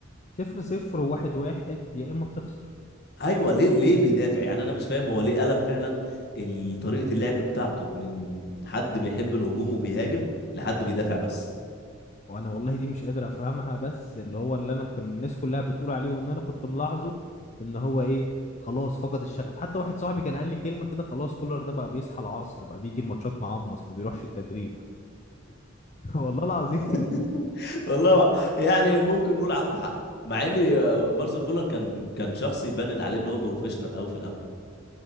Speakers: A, on the left (about 35°); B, on the left (about 55°).
A: صفر صفر وواحد واحد يا اما بتخسر
B: ايوه ليه ليه بيدافع يعني انا مش فاهم هو ليه قلب فعلا ال- طريقة اللعب بتاعته من حد بيحب الهجوم وبيهاجم لحد بيدافع بس
A: وانا والله دي مش قادر افهمها بس اللي هو اللي انا كان الناس كلها بتقول عليه وان انا كنت ملاحظه ان هو ايه خلاص فقد الشغف حتى واحد صاحبي كان قال لي كلمة كده خلاص كولر ده بقى بيصحى العصر بقى بيجي الماتشات معمص ما بيروحش التدريب <laughs> والله العظيم
B: <laughs> والله يعني ممكن نقول عنده حق مع ان آه، مارسيل كولر كان كان شخص يبان عليه ان هو بروفيشنال قوي في الاول